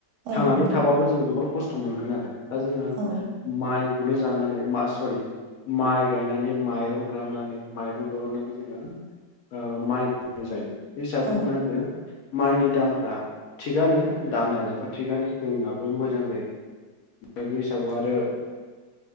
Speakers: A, on the right; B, on the left.
A: औ
B: थांनानै
A: नंगौ
B: थाबाबो जोङो गोबां खस्थ मोनगोन आरो। दा जोङो
A: औ
B: माइ खौनो जानानै, मा सरि माइ गायनानै माइरं खालामनानै माइरं दरननानै ओ माइ <inaudible> जायो। बि हिसाबै
A: औ
B: मा होनदों माइनि दामफ्रा थिगानो, दाम जानायफ्रा थिगानो जोंनाबो मोजां जायो। <inaudible> बे हिसाबाव आरो